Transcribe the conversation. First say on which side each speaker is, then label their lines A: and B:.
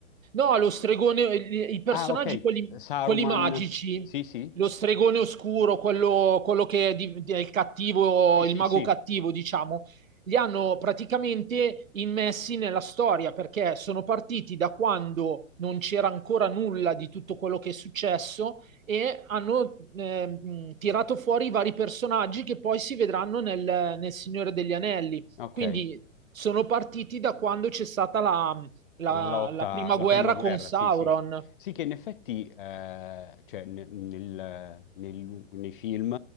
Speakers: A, on the right; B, on the left.
A: No, lo stregone, i i personaggi,
B: Ah, ok.
A: quelli,
B: Saruman.
A: quelli magici,
B: Sì, sì.
A: lo stregone oscuro, quello, quello che è, di- di- è il cattivo,
B: Sì, sì,
A: il mago
B: sì.
A: cattivo, diciamo, li hanno praticamente immessi nella storia perché sono partiti da quando non c'era ancora nulla di tutto quello che è successo e hanno eh, mh, tirato fuori i vari personaggi che poi si vedranno nel nel Signore degli Anelli.
B: Ok.
A: Quindi sono partiti da quando c'è stata la, la,
B: La lotta,
A: la prima
B: la
A: guerra
B: prima guerra,
A: con Sauron.
B: sì, sì. Sì, che in effetti, eh, cioè, ne- nel- nel- nei film,